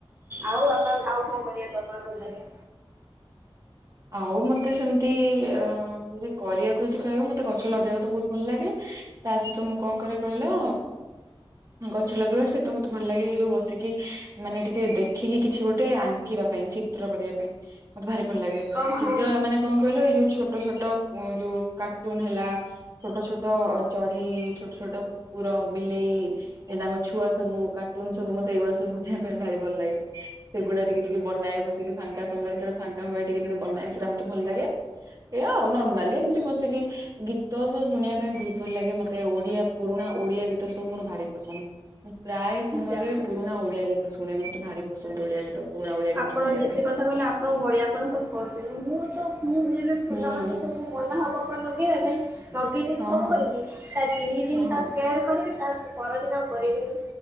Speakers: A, on the right; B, on the right.
A: ଆଉ ଆପଣ ଆଉ କଣ? <inaudible> ଲାଗେ।
B: ଆଉ ମତେ ସେମିତି ଅ କରିବାକୁ ଯଦି କହିବ ମତେ ଗଛ ଲଗେଇବାକୁ ତ ବହୁତ ଭଲ ଲାଗେ। ତା ସହିତ ମୁଁ କଣ କରେ କହିଲ? ଗଛ ଲଗେଇବା ସହିତ ମତେ ଭଲ ଲାଗେଉ ବସିକି ମାନେ ଟିକେ ଦେଖିକି କିଛି ଗୋଟେ ଆ ଙ୍କିବା ପାଇଁ ଚିତ୍ର କରିବା ପାଇଁ ମତେ ଭାରି ଭଲ ଲାଗେ।
A: ଓହୋ।
B: ଚିତ୍ର ମାନେ କଣ କହିଲ ଏଇ ଯୋଉ ଛୋଟ ଛୋଟ ଯୋଉ କାର୍ଟୁନ ହେଲା। ଛୋଟ ଛୋଟ ଚଢେଇ ଛୋଟ ଛୋଟ କୁକୁର ବିଲେଇ ଏ ତାଙ୍କ ଛୁଆ ସବୁ କାର୍ଟୁନ ସବୁ ମତେ ଏଇଗୁଡା ସବୁ ବୁନବା ପାଇଁ ଭାରି ଭଲ ଲାଗେ। ସେଗୁଡା ଟିକେ ଟିକେ ବନାଏ ବସିକି ଫାଙ୍କା ସମୟରେ ଫାଙ୍କା ହୁଏ ଟିକେ ଟିକେ ବନାଏ ସେଟା ଆ ମତେ ଭଲ ଲାଗେ। ଏ ଆଉ ନରମାଲି ଏମିତି ବସିକି। ଗୀତ ସବୁ ଶୁଣିବା ପାଇଁ ବହୁତ ଭଲ ଲାଗେ ମତେ ଓଡିଆ ପୁରୁଣା ଓଡିଆ ଗୀତ ସବୁ ମୋର ଭାରି ପସନ୍ଦ। ମୁଁ ପ୍ରାୟ ସମୟରେ
A: ଯାହା ହଉ
B: ପୁରୁଣା ଓଡିଆ ଗୀତ ଶୁଣେ ମତେ ଭାରି ପସନ୍ଦ ଓଡିଆ ଗୀତ ପୁରୁଣା ଓଡିଆ। ଗୀତ
A: ଆପଣ
B: ଶୁଣିବା
A: ଯେତେ
B: ପାଇଁ।
A: କଥା କହିଲେ ଆପଣ ବଢ଼ିଆ ଆପଣ ସବୁ କରୁଛନ୍ତି ମୁଁ ତ ମୁଁ ଯେବେ ଫୁଲ
B: ହୁଁ
A: ଗଛ ସବୁ ମୁଁ ମନା ହବ କଣ ଲଗେଇବା ପାଇଁ। ନଗେଇଦେବିି
B: ହଁ
A: ସବୁ
B: ହଁ
A: କରିବି ତା ତିନି ଦିନ
B: ହଁ ହଁ।
A: ତା କେୟାର କରିବି ତା ପରଦିନ ଆଉ କରିବିନି